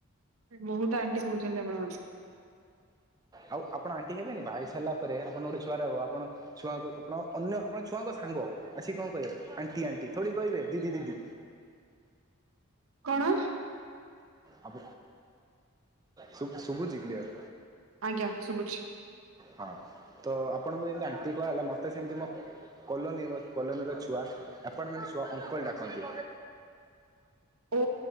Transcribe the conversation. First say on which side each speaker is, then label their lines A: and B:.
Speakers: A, on the right; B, on the right.
A: ବହୁତ୍ ଆଣ୍ଟି କହୁଛନ୍ତି ଆପଣ ମତେ
B: ଆଉ ଆପଣ ଆଣ୍ଟି ହେବେନି ବାହାହେଇ ସାରିଲା ପରେ ଆପଣ ଗୋଟେ ଛୁଆ ର ଆପଣ ଛୁଆଙ୍କୁ ଆପଣ ଅନ୍ୟ ଆପଣ ଛୁଆଙ୍କ ସାଙ୍ଗ ଆସି କଣ କହିବେ ଆଣ୍ଟି ଆଣ୍ଟି ଥୋଡ଼ି କହିବେ ଦିଦି ଦିଦି।
A: କଣ?
B: ଆପ ଶୁ ଶୁଭୁଛି କ୍ଲିୟର୍?
A: ଆଜ୍ଞା ଶୁଭୁଛି
B: ହଁ। ତ ଆପଣଙ୍କୁ ଯେମତି ଆଣ୍ଟି କୁହାଗଲା। ମତେ ସେମିତି ମୋ କଲୋନି ବସ୍ କଲୋନିର ଛୁଆ ଆପାର୍ଟମେଣ୍ଟ ଛୁଆ ଅଙ୍କଲ୍ ଡ଼ାକନ୍ତି।
A: ଓ